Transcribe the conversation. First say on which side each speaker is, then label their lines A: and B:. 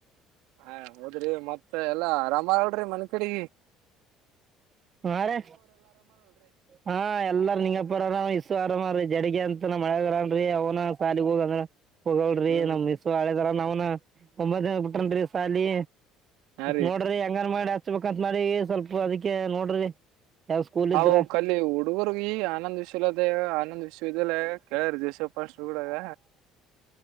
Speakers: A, on the right; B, on the right.
A: ಹ ಹೋದ್ರಿ ಮತ್ತ ಎಲ್ಲಾ ಆರಾಮಾಗಲ್್ರಿ ಮನ್ ಕಡೆ
B: ಹ ರಿ ಹಾ ಎಲ್ಲಾರ ನಿಂಗಪ್ಪರಾರ ಇಸು ಹರ ಜಡಗೆ ಅಂತ ನಮ್ಮ ಅಳಿಯ ಹಾನ ರಿ ಅವ್ನ ಸಾಲಿಗೆ ಹೋಗಂದ್ರ ಹೋಗಳೀ
A: ಹ್ಮ್
B: ನಮ್ಮ್ಸು ಹಳೆದಾರ ನಾವ್ನಾ ಒಬತ್ನೆ ಬಿಟ್ಟನ್ ರಿ ಸಾಲಿ
A: ಹಾ ರೀ
B: ನೋಡ್ರಿ ಹೆಂಗರ ಮಾಡಿ ಹಚ್ ಹಚ್ ಬೇಕ್ ಅಂತ ಮಾಡಿವಿ ಸ್ವಲ್ಪ ಅದಕ್ಕೆ ನೋಡ್ರಿ ಯಾವ ಸ್ಕೂಲ್
A: ಹಾವು
B: ಇದ್ರ
A: ಕಲ್ಲಿ ಹುಡುಗರಿಗ ಆನಂದ್ ವಿಶ್ವ ವಿದ್ಯಾಲಯ ಆನಂದ್ ವಿಶ್ವ ಲ್ಲ ಕೇಳಾರ ಜೈ ಫಸ್ಟ್ ರೋಡಾಗ್